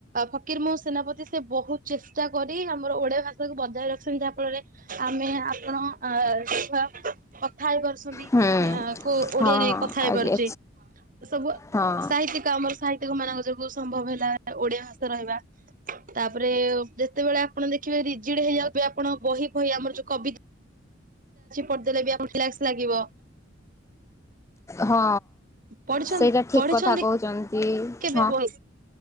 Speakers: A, on the right; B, on the left.
A: ଫକିର ମୋହ ସେନାପତି, ସେ ବହୁତ ଚେଷ୍ଟା କରି ଆମର ଓଡିଆ ଭାଷା କୁ ବଜାଇ ରଖୁଛନ୍ତି। ଯାହାଫଳରେ ଆମେ ଆପଣ ଆଛା। କଥା ହେଇ ପାରୁଛନ୍ତି।
B: ହଁ
A: କୋଉ ଓଡିଆରେ
B: ହଁ
A: କଥା ହେଇପାରୁଚେ।
B: ଆଜ୍ଞା
A: ସବୁ
B: ହଁ
A: ସାହିତ୍ୟିକ ଆମର ସାହିତ୍ୟିକ ମାନଙ୍କ ଯୋଗୁ ସମ୍ଭବ ହେଲା ଓଡିଆ ଭାଷା ରହିବା। ତାପରେ ଯେତେବେଳେ ଆପଣ ଦେଖିବେ ରିଜିଡି ହେଇଯାଉଥିବେ। ଆପଣ ବହି ବହି ଆମର ଯୋଉ କବିତା ପଦେଲେ ବି ଆମକୁ ରିଲାକ୍ସ ଲାଗିବ।
B: ହଁ
A: ପଢିଛନ୍ତି
B: ସେଇଟା ଠିକ୍
A: ପଢିଛନ୍ତି
B: କଥା କହୁଛନ୍ତି।
A: କେବେ
B: ହଁ।
A: ବହି?